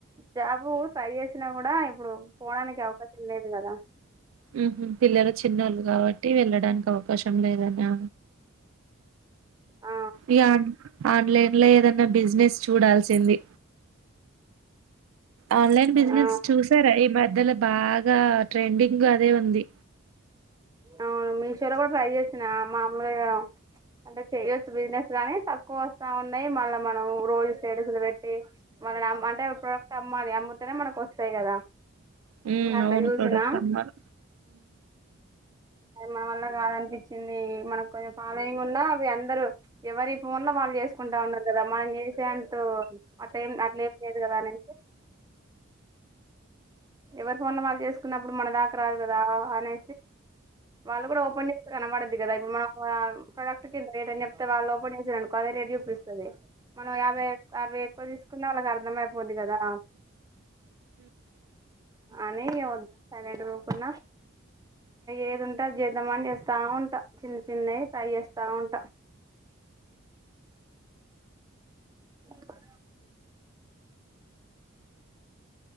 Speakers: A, on the right (about 20°); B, on the right (about 85°).
A: జాబు ట్రై చేసినా కూడా ఇప్పుడు పోవడానికి అవకాశం లేదు కదా
B: ఉ హ్మ్ పిల్లల చిన్నోళ్ళు కాబట్టి వెళ్ళడానికి అవకాశం లేదనా
A: ఆ
B: ఇగా ఆన్లైన్ లో ఏదన్నా బిజినెస్ చూడాల్సింది. ఆన్లైన్ బిజినెస్
A: ఆ
B: చూసారా ఈ మ ద్దల బాగా ట్రెండింగ్ అదే ఉంది
A: అవును మీషోలో కూడా ట్రై చేసిన మామూలుగా అంటే చెయొచ్చు బిజినెస్ కానీ తక్కువ వస్తా ఉన్నాయి మళ్ళా మనం రోజు స్టేటస్లు పెట్టి మళ్ళనిమ్ అంటే ప్రోడక్ట్ అమ్మాలి అమ్ముతేనే మనకు వస్తాయి కదా
B: హ్మ్
A: అట్లా
B: అవును
A: చూసినా
B: ప్రొడక్ట్ అమ్మాలి
A: అది మన వల్ల కాదనిపించింది మనకు కొంచెం ఫాలోయింగ్ ఉన్నా అవి అందరూ ఎవరి ఫోన్ లో వాళ్ళు చేసుకుంటా ఉన్నారు కదా మనం చేసేంటు అట్ ఏం అట్లే ఏం లేదు కదా అని ఎవరి ఫోన్లో వాళ్ళు చేసుకున్నప్పుడు మన దాకా రాదు కదా అనే వాళ్ళు కూడా ఓపెన్ చేస్తే కనబడుద్ది కదా ఇప్పుడు మనం ప్రొడక్ట్ కి రేట్ అని చెప్తే వాళ్ళు ఓపెన్ చేసారునుకో అదే రేట్ చూపిస్తది మనం యాభై అరవై ఎక్కువ తీసుకున్నా వాళ్ళకి అర్థంమయిపోద్ది కదా అని సైలెంట్గా ఉకున్నా ఏది ఉంటా అది చేద్దామని చేత్తావుంటా చిన్న చిన్నవి ట్రై చేస్తా ఉంటా ఏ